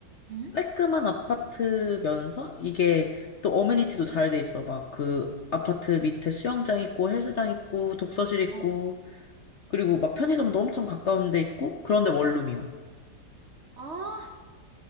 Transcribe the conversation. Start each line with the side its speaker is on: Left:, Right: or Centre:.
Right: 응?
Left: 깔끔한 아파트면서 이게 또 어메니티도 잘 돼 있어. 막 그 아파트 밑에 수영장 있고 헬스장 있고 독서실 있고
Right: 어.
Left: 그리고 막 편의점도 엄청 가까운 데 있고 그런데 원룸이야.
Right: 아,